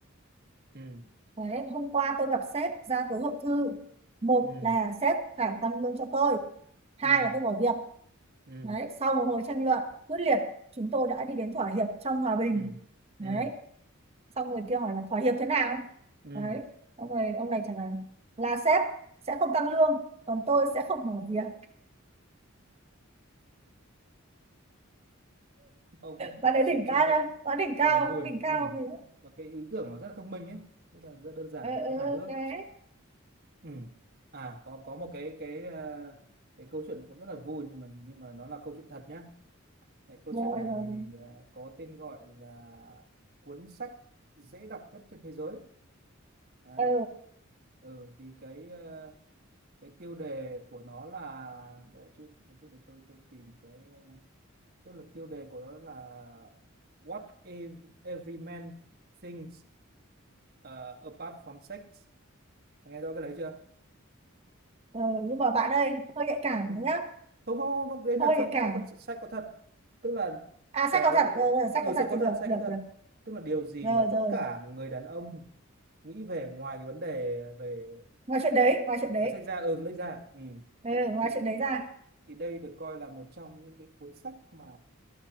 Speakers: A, on the right; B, on the right.
A: Ừ.
B: đấy hôm qua tôi gặp sếp ra tối hậu thư một
A: Ừ.
B: là sếp phải tăng lương cho tôi hai
A: ừ
B: là tôi bỏ việc
A: ừ
B: Đấy, sau một hồi tranh luận quyết liệt, chúng tôi đã đi đến thỏa hiệp trong hòa bình.
A: ừ
B: Đấy,
A: ừ
B: xong người kia hỏi là thỏa hiệp thế nào?
A: ừ
B: Đấy, xong rồi ông này trả lời là sếp sẽ không tăng lương, còn tôi sẽ không mở việc.
A: ông có
B: Bạn ấy
A: chuyện
B: đỉnh cao
A: chuyện đấy
B: chưa? Bạn đỉnh cao,
A: chuyện này vui
B: đỉnh cao
A: ừ
B: gì đấy.
A: mà cái ý tưởng nó rất là thông minh ấy rất là rất đơn giản
B: Ừ,
A: nhưng
B: ừ,
A: nó hài hước
B: đấy.
A: ừ à có có một cái cái à, cái câu chuyện này cũng rất là vui nhưng mà nhưng mà nó là câu chuyện thật nhé cái câu
B: Rồi,
A: chuyện này
B: rồi,
A: thì
B: rồi.
A: à, có tên gọi là cuốn sách dễ đọc nhất trên thế giới đấy
B: Ừ,
A: ừ thì cái ờ, cái tiêu đề của nó là để chút một chút để tôi tôi tìm cái ờ, tức là tiêu đề của nó là What if every man thinks ờ, apart from sex nghe rõ cái đấy chưa
B: ừ, nhưng mà bạn ơi, hơi nhạy cảm
A: ừ.
B: nhá,
A: không không không đấy là
B: hơi
A: thật
B: nhạy cảm.
A: sách có sách có thật tức là
B: À,
A: cái
B: sách có thật, rồi, rồi, sách
A: ừ
B: có thật
A: sách có
B: thì
A: thật
B: được,
A: sách
B: được,
A: có thật
B: được.
A: tức là điều gì
B: Rồi,
A: mà
B: rồi,
A: tất cả người đàn ông nghĩ về ngoài cái vấn đề về
B: ngoài chuyện đấy, ngoài chuyện
A: về
B: đấy.
A: sách ra ừ lách ra ừ.
B: Ừ, ngoài
A: thì
B: chuyện đấy ra.
A: thì đây được coi là một trong những cái cuốn sách mà